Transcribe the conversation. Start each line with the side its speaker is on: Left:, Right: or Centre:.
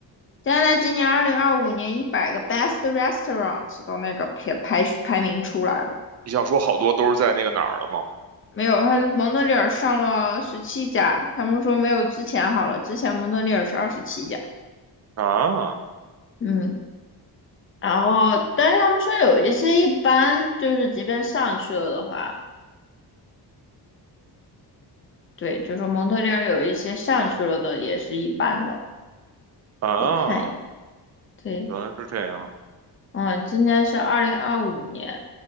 Left: 加拿大今年二零二五年一百个 Best Restaurants 的那个排排排名出来了，
Right: 你想说好多都是在那个哪儿的吗？
Left: 没有，他蒙特利尔上了十七家，他们说没有之前好了，之前蒙特利尔是二十七家，
Right: 啊
Left: 嗯，然后，但是他们说有一些一般，就是即便上去了的话，对，就是蒙特利尔有一些上去了的也是一般的，
Right: 啊！
Left: 可以看一眼对，
Right: 原来是这样。
Left: 嗯，今年是二零二五年，